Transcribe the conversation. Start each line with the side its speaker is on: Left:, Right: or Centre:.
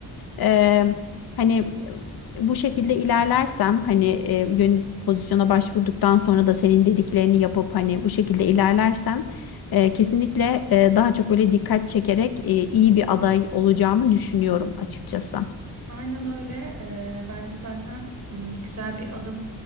Left: Eee, hani e, bu şekilde ilerlersem hani e, yön pozisyona başvurduktan sonra da senin dediklerini yapıp hani bu şekilde ilerlersem e, kesinlikle e, daha çok böyle dikkat çekerek e, iyi bir aday olacağımı düşünüyorum açıkçası.
Right: Aynen öyle. Eee, bence zaten m, güzel bir adım